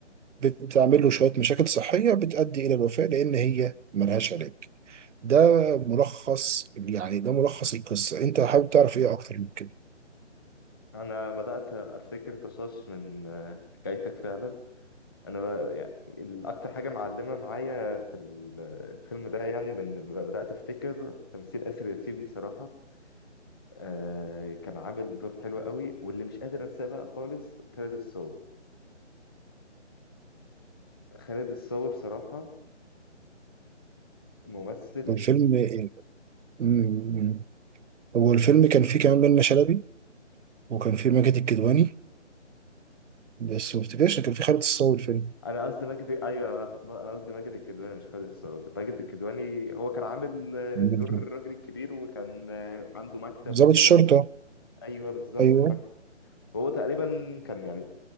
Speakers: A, on the right; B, on the left.
A: بتعمل له شوية مشاكل صحية بتؤدي إلى الوفاة لأن هي ملهاش علاج ده ملخص يعني ده ملخص القصة أنت حابب تعرف إيه أكتر من كده؟
B: انا بدات افتكر طشاش من آه، حكايتك فعلا انا ب- يعني الاكتر حاجه معلمه معايا في ال- الفيلم ده يعني من لما بدات افتكر تمثيل اسر ياسين بصراحه آه، كان عامل دور حلو قوي واللي مش قادر انساه بقى خالص خالد الصاوي خالد الصاوي بصراحه ممثل
A: الفيلم مم. هو الفيلم كان فيه كمان منة شلبي وكان فيه ماجد الكدواني بس ما افتكرش إن كان فيه خالد الصاوي الفيلم
B: انا قصدي ماجد ايوه انا أطلع- انا قصدي ماجد الكدواني مش خالد الصاوي ماجد الكدواني هو كان عامل آه،
A: ايوه
B: دور الراجل الكبير وكان آه، عنده مكتب
A: ضابط
B: وكده
A: الشرطه
B: ايوه بالظبط
A: ايوه
B: المكتب هو تقريبا كان يعني